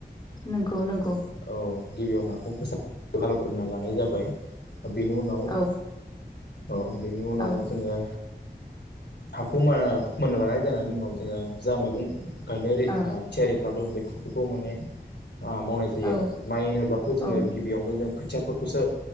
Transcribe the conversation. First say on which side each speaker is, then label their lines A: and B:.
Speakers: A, on the left; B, on the left.
A: नंगौ नंगौ।
B: औ गिबियाव हाखौ फोसाब हालेवग्रोना लानाय जाबाय। बेनि उनाव
A: औ
B: औ बेनि उनाव
A: औ
B: जोङो हाखौ मोना फोमोनना लानाय जानायनि उनाव जोङो जा मैगं गायनो रेद
A: औ
B: ओ ओरै थियारि खालामदों बेखौ खौ माने आ मावनाय जायो
A: औ
B: आरो माइ होनोब्लाथ' जोङो
A: औ
B: गिबियावनो जों खोथि थिया फोरखौसो